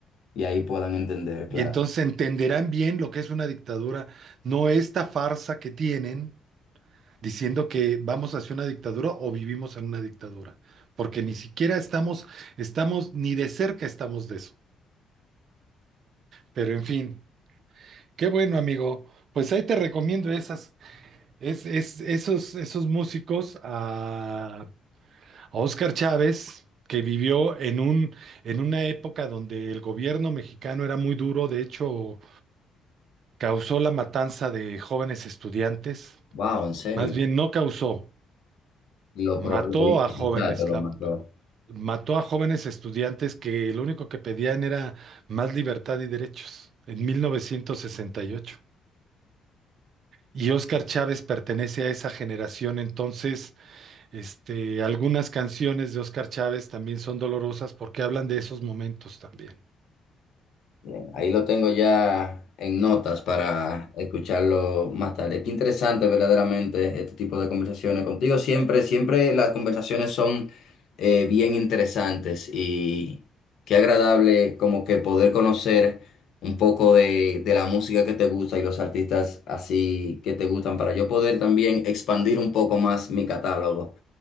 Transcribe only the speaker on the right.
Y entonces entenderán bien lo que es una dictadura, no esta farsa que tienen diciendo que vamos hacia una dictadura o vivimos en una dictadura, porque ni siquiera estamos, estamos, ni de cerca estamos de eso. Pero en fin, qué bueno, amigo. Pues ahí te recomiendo esas, es, es- esos, esos músicos a Óscar Chávez, que vivió en un, en una época donde el gobierno mexicano era muy duro, de hecho, causó la matanza de jóvenes estudiantes,
más bien no causó,
mató
a jóvenes,
la-
mató a jóvenes estudiantes que lo único que pedían era más libertad y derechos en 1968. Y ocho. Y Óscar Chávez pertenece a esa generación, entonces, este, algunas canciones de Óscar Chávez también son dolorosas porque hablan de esos momentos también.